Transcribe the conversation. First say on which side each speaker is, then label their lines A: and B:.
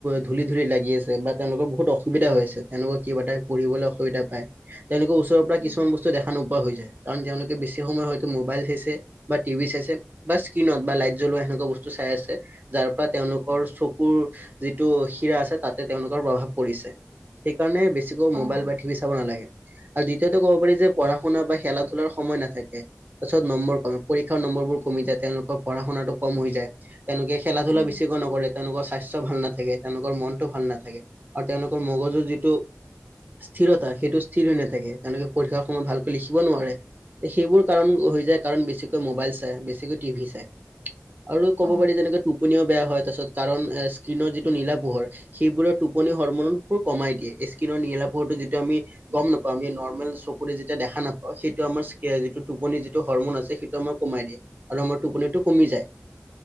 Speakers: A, on the right; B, on the right.
A: ধূলি ধূলি লাগি আছে, বা তেওঁলোকৰ বহুত অসুবিধা হৈ আছে, তেনেকুৱা কিবা এটা পঢ়িবলে অসুবিধা পায় তেওঁলোকে ওচৰৰ পৰা
B: উম
A: কিছুমান বস্তু দেখা নোপোৱা হৈ যায়। কাৰণ তেওঁলোকে বেছি সময় হয়তো মোবাইল চাইছে বা টি ভি চাইছে বা স্ক্ৰীণত বা লাইট জ্বলোৱা সেনেকুৱা বস্তু চাই আছে যাৰ পৰা তেওঁলোকৰ চকুৰ যিটো শিৰা আছে তাতে তেওঁলোকৰ প্ৰভাৱ পৰিছে, সেইকাৰণে বেছিকৈ
B: অ'।
A: মোবাইল বা টি ভি চাব নালাগে। আৰু দ্বিতীয়তে ক'ব পাৰি যে পঢ়া-শুনা বা খেলা-ধূলাৰ সময় নাথাকে তাৰ পিছত নম্বৰ কমে পৰীক্ষাৰ নম্বৰবোৰ কমি যায় তেওঁলোকৰ পঢ়া-শুনাটো কম হৈ যায়। <inaudible> তেওঁলোকে খেলা-ধূলা
B: উম।
A: বেছিকৈ নকৰে, তেওঁলোকক স্বাস্থ্য ভাল নাথাকে, তেওঁলোকৰ মনতটো ভাল নাথাকে। আৰু তেওঁলোকৰ মগজুৰ যিটো স্থিৰতা, সেইটো স্থিৰ হৈ নাথাকে তেওঁলোকে পৰীক্ষাৰ সময়ত ভালকৈ লিখিব নোৱাৰে সেইবোৰ কাৰণ হৈ যায় কাৰণ বেছিকৈ মোবাইল চাই, বেছিকৈ টি ভি চাই আ ক'ব
B: অ'।
A: পাৰি যেনেকৈ টোপনিও বেয়া হয় তা পিচত। কাৰণ স্কীনৰ যিটো নীলা পোহৰ সেইবোৰৰ টোপনি হৰ্মনটো কমাই দিয়ে স্কীনৰ নীলা পোহৰটো যিটো আমি গম নাপাওঁ আমি নৰ্মেল চকুৰে যেতিয়া দেখা নাপাওঁ সেইটো আমাৰ যিটো টোপনি যিটো হৰমন আছে সেইটো আমাৰ কমাই দিয়ে আৰু আমাৰ টোপনিটো কমি যায়।